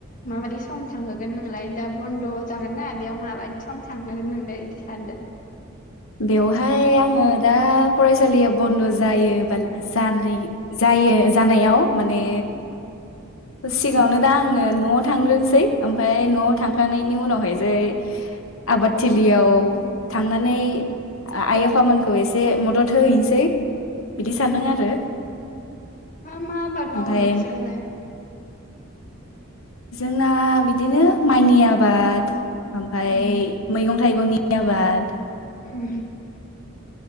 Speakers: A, on the left; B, on the left.
A: माबायदि सम थांहोगोन नोंलाय दा बन्द' जागोनना बेयाव माबायदि सम थांहोगोन नोंलाय बिदि? सानदो
B: बेवहाय आङो दा फरायसालिया बन्द' जायो बा <unintelligible> जायो जानायाव माने सिगाङावनो
A: औ
B: दा आङो न थांग्रोनोसै ओमफ्राय न'आव थांखांनायनि उनावहाय जे आबादथिलियाव थांनानै आइ आफामोनखौ एसे मदद होहैनोसै। बिदि सानदों
A: औ
B: आरो
A: मा मा आबाद मावो
B: ओमफ्राय
A: नोंसोरलाय
B: जोंना बिदिनो माइनि आबाद ओमफाय
A: उम
B: मैगं थाइगंनि। आबाद
A: उम